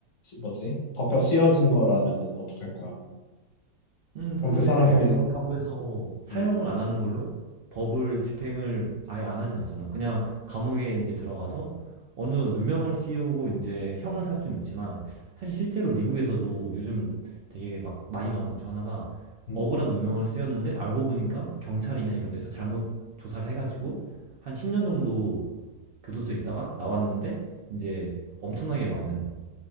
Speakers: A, on the left (about 60°); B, on the right (about 75°).
A: 뭐지? 덮여 씌어진 거라면은 어떡할 거야?
B: 음,
A: 그럼
B: 근데
A: 그 사람의,
B: 그렇다고 해서 사형을
A: 음,
B: 안 하는 걸로 법을 집행을 아예 안 하진 않잖아. 그냥 감옥에 이제 들어가서 어느 정도 누명을 씌우고 이제 형을 살 수는 있지만 사실 실제로 미국에서도 요즘 되게 막 많이 나오는 것 중 하나가
A: 음,
B: 억울한 누명을 씌웠는데 알고 보니까 경찰이나 이런 데서 잘못 조사를 해가지고 한 10년 정도 교도소에 있다가 나왔는데 이제 엄청나게 많은